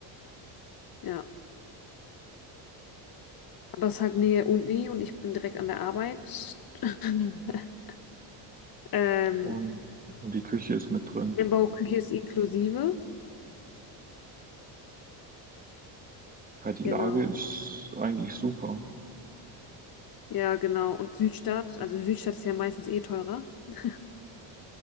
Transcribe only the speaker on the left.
Ja. Aber es ist halt Nähe Uni und ich bin direkt an der Arbeit. <laughs> Ähm,
Einbauküche ist inklusive.
Genau.
Ja, genau. Und Südstadt, also Südstadt ist ja meistens eh teurer. <laughs>